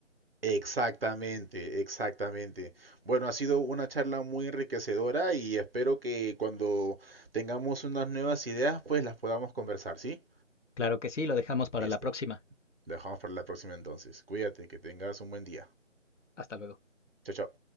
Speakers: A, on the right; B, on the left.
A: Exactamente, exactamente. Bueno, ha sido una charla muy enriquecedora y espero que cuando tengamos unas nuevas ideas, pues las podamos conversar, ¿sí?
B: Claro que sí, lo dejamos para
A: Listo.
B: la próxima.
A: Lo dejamos para la próxima entonces. Cuídate, que tengas un buen día.
B: Hasta luego.
A: Chao, chao.